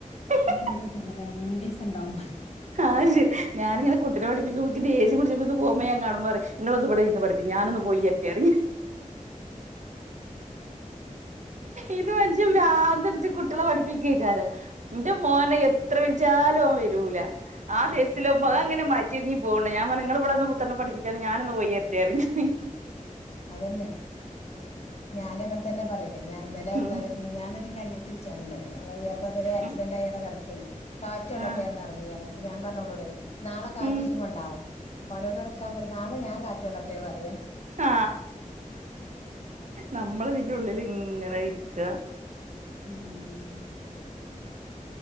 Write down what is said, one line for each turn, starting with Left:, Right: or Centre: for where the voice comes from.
Right: ഉം
Left: നീ എന്നോടപ്പന്നെ രണ്ടീസം ഇണ്ടാവും
Right: ആഹ് ശരി ഞാനിങ്ങനെ കുട്ടിനെ പഠിപ്പിക്കുമ്പേ എനിയ്ക്ക് ദേഷ്യംപിടിച്ചപ്പേ ഇത് പോവുമ്പേ ഞാൻ കാണുമ്പോ പറയും നിങ്ങളൊന്നിവിടെ ഇരുന്ന് പഠിപ്പിക്ക് ഞാനൊന്ന് പോയി വരട്ടേന്ന് പറയും ഇത് മനുഷ്യൻ പ്രാന്ത് പിടിച്ച് കുട്ടികളെ പഠിപ്പിക്കാ ഇരിക്കാറ് എന്റെ മോനെ എത്ര വിളിച്ചാലും ഓൻവരൂല ആ ദേഷ്യത്തിലാവുമ്പോ
Left: ഉം
Right: അത് അങ്ങനെ മാറ്റി ഇറങ്ങി പോകണ്ട ഞാൻ പറഞ്ഞ് നിങ്ങള് ഇവിടെരുന്ന് പുത്രനെ പഠിപ്പിച്ചാണ് ഞാനൊന്ന് പോയിവരട്ടെന്നുറഞ്ഞ്
Left: അതെന്നെ ഞാനു- തന്നെ പറയൂ ഞാൻ ഇന്നലെ
Right: ഉം
Left: എായും <inaudible> മി ഞ്ഞാന് ന്റെ അനിയത്തി വിളി <inaudible> ഉണ്ടായിരുന്നു നമ്മ അപ്പത്തന്നേ ആസിഡന്റ
Right: ഉം
Left: കട ക്കന് കാറ്റ് കൊള്ളട്ടെന്ന്
Right: ആഹ്
Left: ഇറങ്ങിയല്ല <inaudible> അപ്പ ഞാൻ പറഞ്ഞോള്ളോടെ നാളെ കാറ്റി
Right: ഉം
Left: ജിം കൊണ്ടാ അവനോട് ഇവിടെ നിക്കാൻ പറയ് നാളെ ഞാ- കാറ്റൊള്ളട്ടെ പറ-
Right: ആ നമ്മളിതിൻ്റെ ഉള്ളിലിങ്ങനെ ഇരിക്ക
Left: ഉം